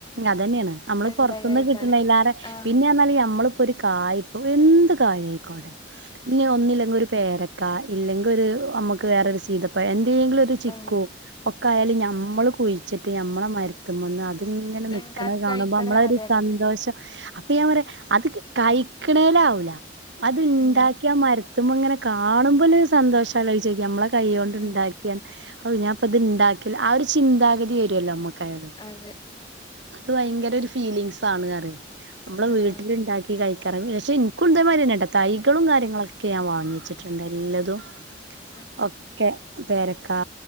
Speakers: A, on the right; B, on the left.
A: അതന്നെണ് നമ്മള്
B: ഇണ്ടായി
A: പുറത്തുന്നും
B: കഴിക്കാന്
A: കിട്ടണ അല്ലാതെ
B: ആഹ്
A: പിന്നെന്നാല് നമ്മള് ഒരു കായി ഇപ്പോ എന്ത് കായി ആയിക്കോട്ടെ, ഇനി ഒന്നില്ലെങ്കി ഒരു പേരക്ക ക്കാ ഇല്ലെങ്കി ഒരു നമ്മക്ക് വേറൊരു സീതപ്പഴം എന്തെങ്കിലും ഒരു ചിക്കു
B: ആഹ്
A: ഒക് ക്കയാല് ഞമ്മള് കുയിച്ചിട്ട് ഞമ്മളെ മരുത്തുമ്മന്ന് അത് ഇങ്ങനെ
B: ഇണ്ടാക്കി
A: നിക്കണെ കാണുമ്പോ
B: കഴിക്കണ
A: നമ്മളെ ആ
B: അതെ
A: ഒരു
B: അതെ
A: സന്തോഷം അപ്പൊ ഞാൻ പറയാ അത് കയിക്കണേലാവൂല അത് ഇണ്ടാക്കിയാ
B: ഉം
A: മര ത്തുമ്പോ ഇങ്ങനെ കാണുമ്പോള്ളെരു സന്തോഷാലോയിച്ചോക്കിയാ, നമ്മളെ കൈയ്യോണ്ട്
B: ഉം
A: ഇണ്ടാക്കിയാ ഹാവു ഞാന്പ്പത് ഇണ്ടാക്കിയല്ലോ ആ ഒരു ചിന്താഗതി വരുമല്ലോ നമ്മക്കായാലും.
B: അതെ
A: അത് ഭയങ്കര ഒരു ഫീലിങ്സ് ആണ് പറയും നമ്മളെ
B: ആഹ്
A: വീട്ടില്ണ്ടാക്കി കയിക്കാറ് പക്ഷെ ഇനിക്കും ഇതേമാതിരിയെന്നാട്ടാ തൈകളും കാര്യങ്ങളൊക്കെ ഞാൻ വാങ്ങി വെച്ചിറ്റ്ണ്ട് എല്ലതും.
B: <inaudible>
A: ഒക്കെ പേരക്കാ,